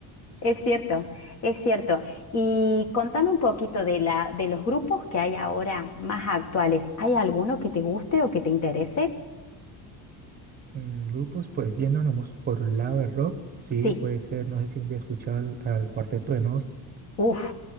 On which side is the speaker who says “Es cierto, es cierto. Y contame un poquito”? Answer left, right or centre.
Left